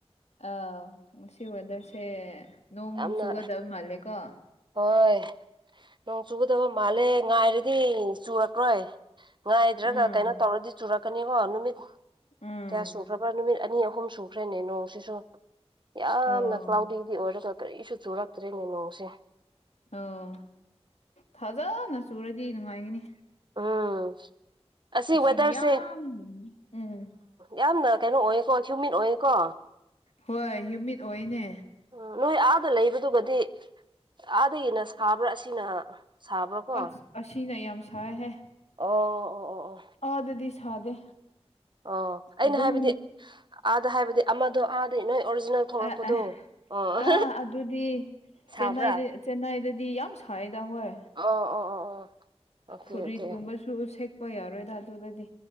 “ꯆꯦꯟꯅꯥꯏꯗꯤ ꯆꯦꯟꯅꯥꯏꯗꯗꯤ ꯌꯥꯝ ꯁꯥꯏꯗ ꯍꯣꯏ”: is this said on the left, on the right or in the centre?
Left